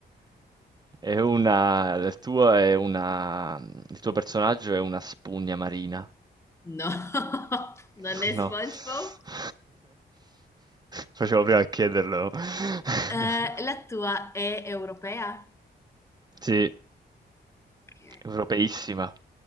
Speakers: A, on the right; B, on the left.
A: è una il tuo è una mhmm, il tuo personaggio è una spugna marina?
B: No, <laughs> non
A: <laughs>
B: è
A: No.
B: SpongeBob.
A: <laughs> Facevo prima a chiederlo. <laughs>
B: Eh, la tua è europea?
A: Sì.
B: Ok,
A: Europeissima.